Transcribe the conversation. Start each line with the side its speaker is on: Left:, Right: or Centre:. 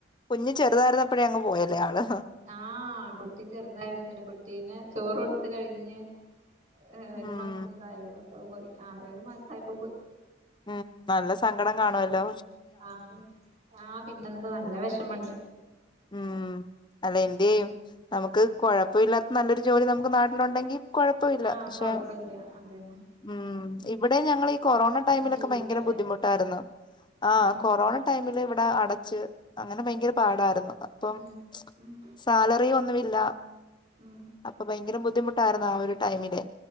Left: കുഞ്ഞ് ചെറുതായിരുന്നപ്പഴേ അങ്ങു പോയല്ലേ ആള്
Right: ആഹ് കുട്ടി ചെറുതായപ്പോ തന്നെ കുട്ടീനെ ചോറ് കൊടുത്തു കഴിഞ്ഞ് ഏഹ്
Left: ഉം
Right: ഒരു മാസംന്ത ആയള്ളൂ അപ്പ പോയി ആറേഴു മാസംയപ്പോ പോയി
Left: ഉം നല്ല സങ്കടം കാണുമല്ലോ
Right: ആഹ് ആഹ് പിന്നെന്താ നല്ല വിഷമണ്ട്
Left: ഉം അല്ല എന്ത്‌യും നമുക്ക് കൊഴപ്പമില്ലാത്ത നല്ലൊരു ജോലി നമുക്ക് നാട്ടിലുണ്ടെങ്കിൽ കൊഴപ്പ ഇല്ല
Right: ആഹ്
Left: പക്ഷെ
Right: കൊഴപ്പില്ല അതന്നെ
Left: ഉം ഇവിടെ ഞങ്ങള ഈ കൊറോണ
Right: പിന്നെ
Left: ടൈമിലൊക്കെ
Right: ജീവിക്കണ്ടേ
Left: ഭയങ്കര ബുദ്ധിമുട്ടായിരുന്നു ആഹ്
Right: ഉം
Left: കൊറോണ ടൈമില് ഇവിടെ അടച്ച് അങ്ങനെ ഭയങ്കര പാടായിരുന്നു അപ്പം
Right: ഉം ഉം
Left: സാലറി ഒന്നുമില്ല
Right: ഉം
Left: അപ്പൊ ഭയങ്കര ബുദ്ധിമുട്ടായിരുന്നു ആഹ് ഒരു ടൈമില്